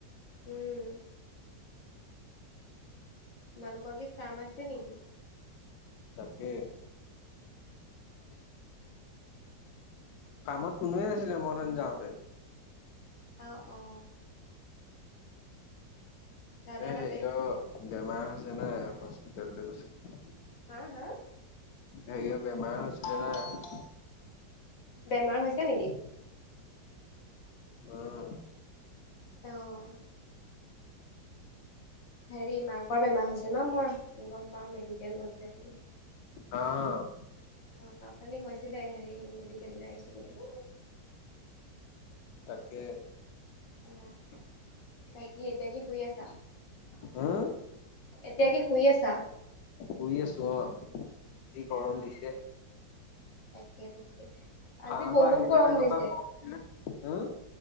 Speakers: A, on the left (about 90°); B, on the left (about 65°).
A: উম। তোমালোকৰ কি ফ্ম আছে নেকি?
B: তাকে। ফাৰ্মত কোনোৱে নাছিলে মথন যাওঁতে।
A: আহ অ। দাদা
B: এ
A: নাথাকে
B: হেৰিয়
A: নেকি
B: বেমাৰ হৈছে নে হস্পিতেললৈ গৈছিল।
A: হু হু।
B: হেই বেমাৰ হৈছিলে ন।
A: বেমাৰ হৈছে নেকি?
B: উম,
A: আহ হেৰি মাকৰ বেমাৰ হৈছে ন মই গম পাওঁ মেডিকেল গৈছে বুলি
B: অ
A: অ কা খালিক হৈছিলে হেৰি মেডিকেলৈ আহিছো বুলি
B: ৰাখে
A: আহ বাকী এতিয়া কি শুই আছা
B: হুম,
A: এতিয়া কি শুই আছা
B: শুই আছো অ যি গৰম
A: আহ
B: দিছে
A: তাকে
B: ভাঁ
A: আজি বহুত
B: বা আহি
A: গৰম
B: পেলাই এনেকুৱা
A: দিছে
B: গৰম দিছে উম